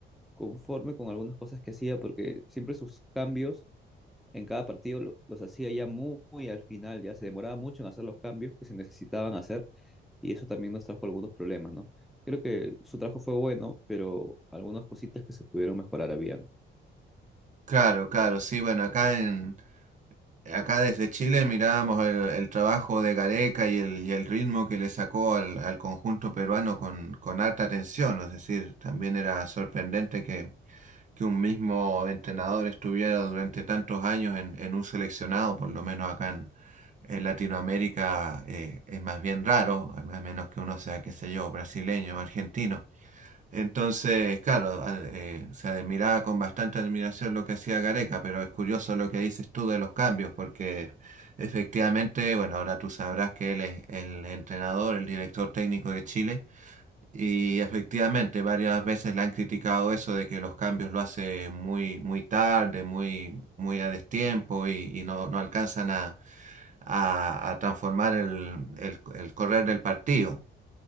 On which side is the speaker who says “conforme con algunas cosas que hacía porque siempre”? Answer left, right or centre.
Centre